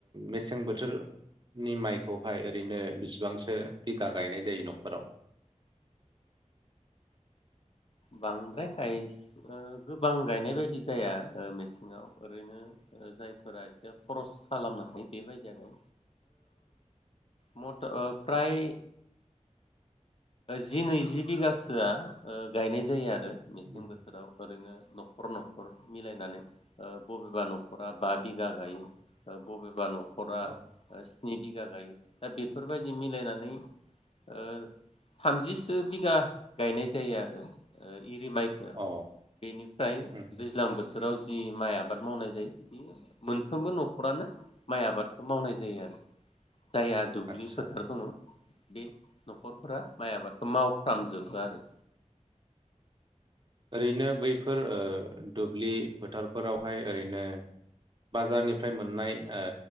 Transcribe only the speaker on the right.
मेसें बोथोरनि माइखौहाय ओरैनो बिसेबांसो बिगा गायनाय जायो न'खराव।
उम
औ
औ
उम
आदसा
ओरैनो बैफोर ओ दुब्लि फोथारफोरावहाय ओरैनो बाजारनिफ्राय मोननाय ओ